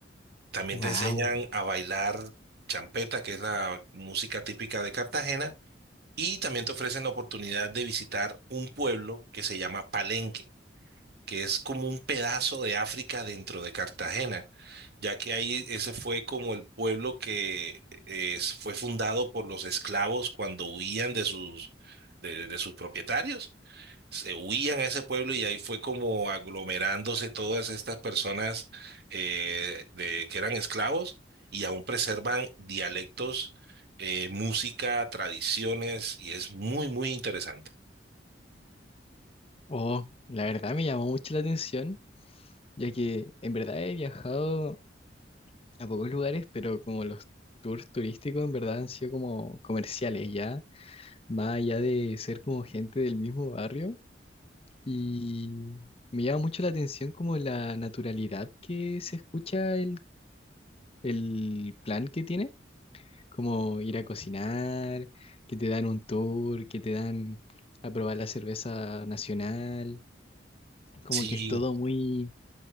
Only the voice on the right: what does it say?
También
te enseñan a bailar champeta, que es la música típica de Cartagena, y también te ofrecen la oportunidad de visitar un pueblo que se llama Palenque, que es como un pedazo de África dentro de Cartagena, ya que ahí ese fue como el pueblo que eh, fue fundado por los esclavos cuando huían de sus, de de sus propietarios se huían a ese pueblo y ahí fue como aglomerándose todas estas personas eh, de, que eran esclavos y aún preservan dialectos, eh, música, tradiciones y es muy, muy interesante.
Sí,